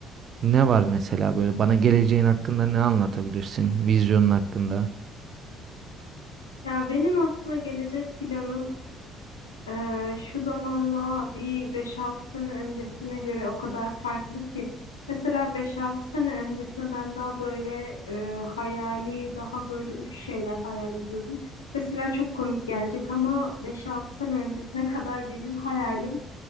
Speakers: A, on the right (about 50°); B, on the left (about 90°).
A: ne var mesela böyle bana geleceğin hakkında ne anlatabilirsin? Vizyonun hakkında.
B: Ya benim aslında gelecek planım Ee, şu zamanla bir beş altı sene öncesine göre o kadar farklı ki. Mesela beş altı sene öncesine ben daha böyle e, hayali, daha böyle uç şeyler hayal ediyordum. Mesela çok komik gelecek ama beş altı sene öncesine <laughs> kadar benim hayalim